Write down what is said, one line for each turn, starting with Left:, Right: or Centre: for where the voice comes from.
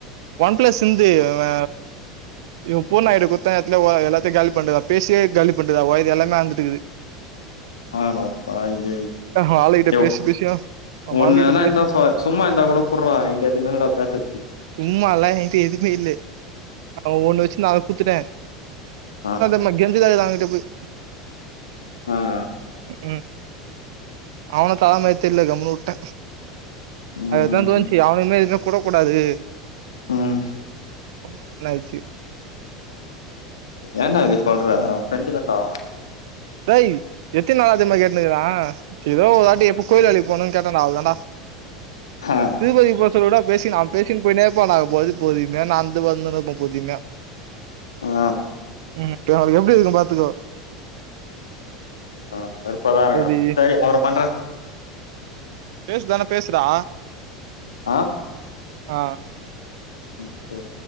Right: ஒன் பிளஸ் சின்து அவெ இவெ பூனா என்ட குத்தா எத்துல வ எல்லாத்தையு காலி பண்றதா பேசியே காலி பண்றதா வயரு எல்லாமே அந்துட்டுக்குது
Left: ஆரோ பாவி ஏய்
Right: அவங்க ஆளுகிட்ட
Left: யோவ்
Right: பேசி பேசியா அவங்க
Left: ஒண்ணு
Right: ஆளுகிட்ட
Left: வேணா
Right: பேசி
Left: இந்தா ஃபா சும்மா இருந்தா கூட குற்றா ஏன்ட எதுமே இல்லடா பேசறதுக்கு
Right: சும்மா எல்லா என்ட்டு எதுவுமே இல்லை அவ ஒண்ணு வச்சு நான் குத்துட்டேன்
Left: ஆ
Right: ந கெஞ்சத தான்ங்கிட்ட போய்
Left: ம்
Right: உம் அவன தரமார் தெர்ல கம்னு உட்ட
Left: ம்
Right: அதுதான்
Left: ம்
Right: தோணுச்சு அவனையுமே எதுவுமே குடுக் கூடாது
Left: ம்
Right: என்னாச்சு
Left: ஏடா இப்டி சொல்ற அவன் ஃப்ரெண்டு தான்டா அவ
Right: டேய் எத்த நாள இதெமாரி கேட்டுன்னக்குரேன் ஏதோ ஒருவாட்டி எப்போ கோயில் வேலைக்கு போனும்னு கேட்டே அவள தான்டா
Left: ஆஹ்
Right: திருப்பதி போ சொல்ல கூட பேசி நான் பேசின்னு போய்னெ இப்பெ நா அது போதுமையா நந்து வந்துனு இர்பே பொதுமையே
Left: ஆ
Right: ம் ப அது எப்டி இருக்கும் பாத்துக்கோ
Left: ம் வெறுப்பாதா ஆ
Right: போதி
Left: இருக்கு சரி அப்றோ பண்றே
Right: பேசுதான பேசுடா
Left: ஆ
Right: ஆ
Left: ம் சரி